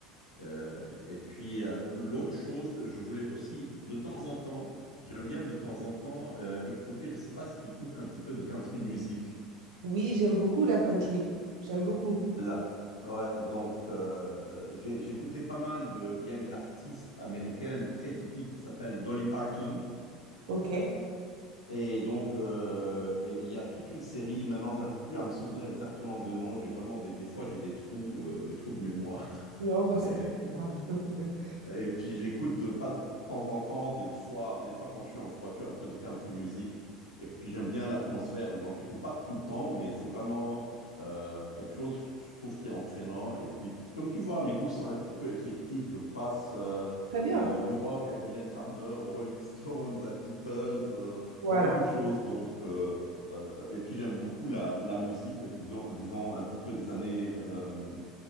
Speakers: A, on the left (about 85°); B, on the right (about 70°).
A: Euh, et puis, euh, l'autre chose, je voulais aussi, de temps en temps, j'aime bien de temps en temps euh, écouter, je ne sais pas si tu écoutes un petit peu de country music.
B: Oui, j'aime beaucoup la country. J'aime beaucoup.
A: La- Ouais, donc, euh, j'ai- j'écoutais pas mal de... Il y a une artiste américaine très typique qui s'appelle Dolly Parton.
B: Ok.
A: Et donc, euh, et il y a toute une série, maintenant, j'arrive plus à me souvenir exactement de nom. J'ai vraiment des, des fois, j'ai des trous, euh, des trous de mémoire.
B: Non, bah
A: <laughs>
B: ça,
A: Et,
B: c'est pas grave. <laughs>
A: Et puis j'écoute de pas de temps en temps, des fois, des fois quand je suis en voiture, un peu de country music. Et puis j'aime bien l'atmosphère. Maintenant, je l'écoute pas tout le temps, mais c'est vraiment euh, quelque chose que je trouve qui est entraînant. Et puis, comme tu vois, mes goûts sont un petit peu éclectiques. Je passe euh,
B: Très bien.
A: euh, du rock à Mylène Farmer, aux Rolling Stones, à Beatles, euh,
B: Voilà.
A: à beaucoup de choses. Donc, euh, euh, et puis j'aime beaucoup la, la musique, je disons, disons un petit peu des années euh,